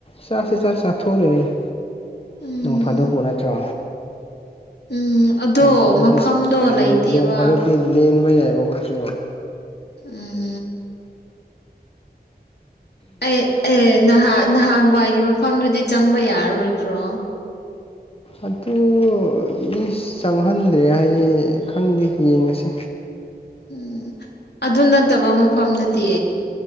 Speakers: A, on the left; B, on the left.
A: ꯆꯥꯁꯤ ꯆꯥ ꯆꯥꯊꯣꯛꯑ ꯂꯣꯏꯔꯦꯗ
B: ꯎꯝ
A: ꯅꯣꯨꯡ ꯐꯥꯗꯨꯣꯛꯄꯨ ꯅꯠꯇ꯭ꯔꯣ
B: ꯎꯝ ꯑꯗꯣ
A: ꯅꯣꯡ ꯐꯥꯗꯣꯛꯇꯤ
B: ꯃꯐꯝꯗꯣ ꯂꯩꯇꯦꯕ
A: ꯅꯣꯡ ꯐꯥꯗꯣꯛꯇꯤ ꯂꯦꯟꯕ ꯌꯥꯏꯕ ꯑꯩꯈꯣꯏꯁꯨ
B: ꯎꯝ ꯑꯩ ꯑꯦ ꯅꯍꯥꯟ ꯅꯍꯥꯟꯋꯥꯏꯒꯤ ꯃꯐꯝꯗꯨꯗꯤ ꯆꯪꯕ ꯌꯥꯔꯔꯣꯏꯗ꯭ꯔꯣ
A: ꯑꯗꯨ ꯃꯤ ꯆꯪꯍꯟꯗ꯭ꯔꯦ ꯍꯥꯏꯌꯦ ꯈꯪꯗꯦ ꯌꯦꯡꯉꯁꯤ
B: ꯎꯝ ꯑꯗꯨ ꯅꯠꯇꯕ ꯃꯐꯝꯗꯗꯤ